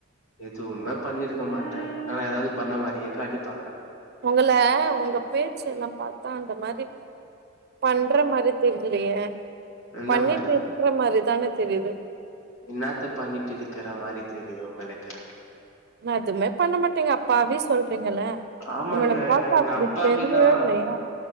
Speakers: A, on the left (about 85°); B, on the right (about 55°).
A: எதூமே பண்ணிருக்க மாட்டே அனா எதாவது பண்ண மாரியே காட்டிப்பாங்க
B: உங்கள உங்க பேச்சு எல்லா பாத்தா அந்த மாரி பண்ற மாரி தெரிலயே
A: எந்த
B: பண்ணீட்
A: மாரி
B: இருக்கற மாரி தான தெரிது
A: என்னாத்த பண்ணீட்டு இருக்கற மாரி தெரிது உங்களுக்கு
B: நா எதுவுமே பண்ண மாட்டேங்க அப்பாவி சொல்றீங்கல்ல
A: ஆமாங்க
B: உங்கள பாக்க அப்படி
A: நா அப்பாவிதா
B: தெரியவே இல்லையே